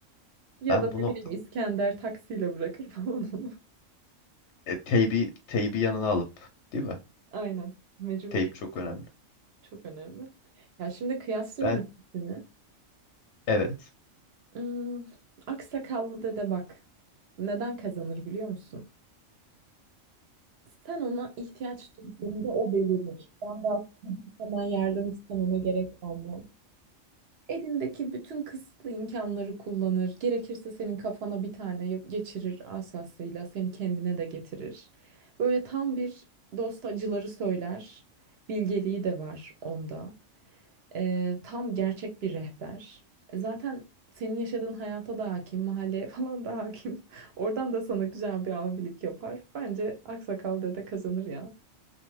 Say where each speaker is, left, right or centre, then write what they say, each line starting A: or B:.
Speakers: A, on the right (about 55°); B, on the left (about 65°).
A: Ya
B: Ben
A: da
B: bunu
A: ne bileyim İskender taksiyle bırakır falan onu.
B: e, teybi, teybi yanına alıp değil mi?
A: <laughs> Aynen. Mecbur.
B: Teyp çok önemli.
A: Çok önemli. Ya şimdi kıyaslıyorum
B: Ben
A: ikisini.
B: evet
A: Hmm, aksakallı dede bak. Neden kazanır biliyor musun? Sen ona ihtiyaç duyduğunda o belirir. Ben daha hemen yardım istememe gerek kalmaz. Elindeki bütün kısıtlı imkanları kullanır. Gerekirse senin kafana bir tane yap- geçirir asasıyla. Seni kendine de getirir. Böyle tam bir dost acıları söyler. Bilgeliği de var onda. Ee, tam gerçek bir rehber. E, Zaten senin yaşadığın hayata da hakim, mahalleye <laughs> falan da hakim. <laughs> Oradan da sana güzel bir abilik yapar. Bence Aksakal dede kazanır ya.